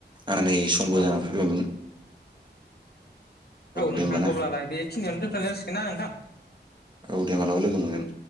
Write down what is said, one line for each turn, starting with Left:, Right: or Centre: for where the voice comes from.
Right: आंनानै समबो
Left: औ
Right: जाना फैबायमोन
Left: औ नोंथां
Right: दे होमबा ना
Left: अब्लालाय बेखिनियावनो दोनथ'नाय जासिगोन ना नोंथां
Right: औ दे मालाबा लोगो मोनगोन